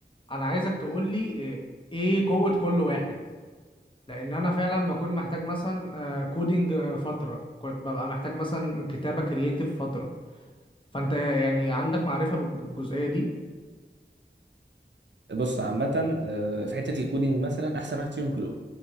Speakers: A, on the left (about 25°); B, on the right (about 75°).
A: انا عايزك تقول لي ايه إيه قوة كل واحد لان انا فعلا بكون محتاج مثلا آه، كودينج آه، فترة كنت ببقى محتاج مثلا كتابة كرييتيف فترة فانت يعني عندك معرفة بالجزئية دي
B: بص عامه آه، في حته الكودينج مثلا احسن واحد فيهم كلود